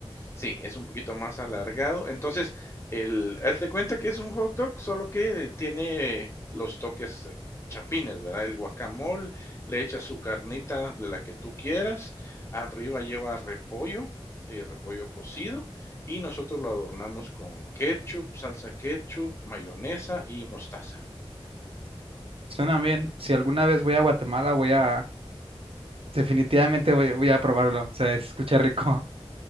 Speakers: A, on the left; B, on the right.
A: Sí, es un poquito más alargado. Entonces, el, haz de cuenta que es un hot dog, solo que tiene los toques eh, chapines, ¿verdad? El guacamole, le echas su carnita de la que tú quieras, arriba lleva repollo, eh, repollo cocido, y nosotros lo adornamos con ketchup, salsa ketchup, mayonesa y mostaza.
B: suena bien. Si alguna vez voy a Guatemala, voy a... Definitivamente voy, voy a probarlo. O sea, escucha rico.